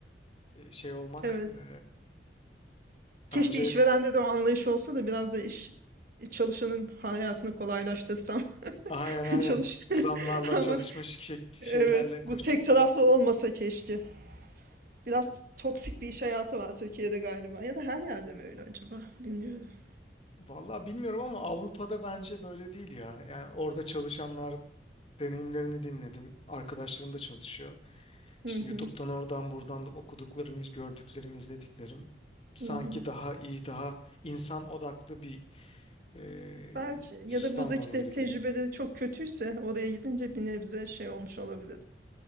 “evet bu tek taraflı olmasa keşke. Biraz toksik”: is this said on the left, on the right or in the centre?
Right